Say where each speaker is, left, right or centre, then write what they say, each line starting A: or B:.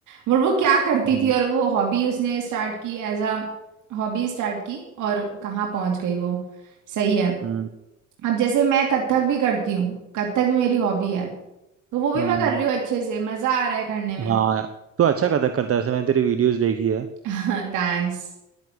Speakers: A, on the right (about 80°); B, on the right (about 50°).
A: और वो क्या करती
B: हम्म
A: थी और वो हॉबी उसने स्टार्ट की एज अ हॉबी स्टार्ट की और कहाँ पहुंच गई वो सही है
B: हम्म
A: अब जैसे मैं कथक भी करती हूँ कथक भी मेरी हॉबी है तो वो भी
B: हम्म,
A: मैं कर रही हूँ अच्छे से मजा आ रहा है करने में
B: हाँ तो अच्छा कथक करता है ऐसे मैंने तेरी वीडियोस देखी है
A: <laughs> थैंक्स